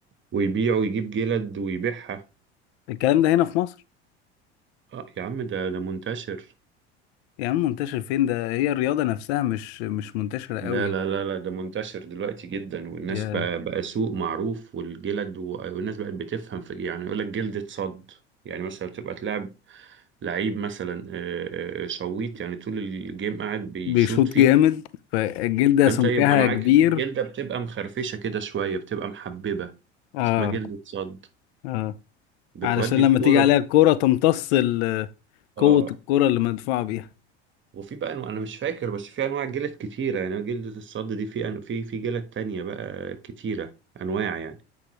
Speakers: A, on the right; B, on the left.
A: ويبيعه ويجيب جلد ويبيعها
B: الكلام ده هنا في مصر
A: اه يا عم ده ده منتشر
B: يا عم منتشر فين ده هي الرياضة نفسها مش مش منتشرة
A: لا
B: قوي
A: لا لا لا ده منتشر دلوقتي جدا والناس
B: يا
A: بقى بقى سوق معروف والجلد و- والناس بقت بتفهم في يعني يقول لك جلد اتصد يعني مثلا تبقى تلعب لعيب مثلا آه، آه، شويط يعني طول الجيم قاعد بيشوط
B: بيشوط
A: فيه
B: جامد فالجلدة
A: فانت
B: سمكها
A: يبقى معاك
B: كبير
A: الجلده بتبقى مخرفشه كده شويه بتبقى محببه
B: اه
A: اسمها جلده صد
B: اه
A: بتودي
B: علشان
A: الكوره
B: لما تيجي عليها الكورة تمتص ال- قوة
A: اه
B: الكورة اللي مدفوعة بيها
A: وفي بقى انواع انا مش فاكر بس في انواع جلد كتيره يعني جلده الصد دي في أن- في في جلد تانية بقى كتيره انواع يعني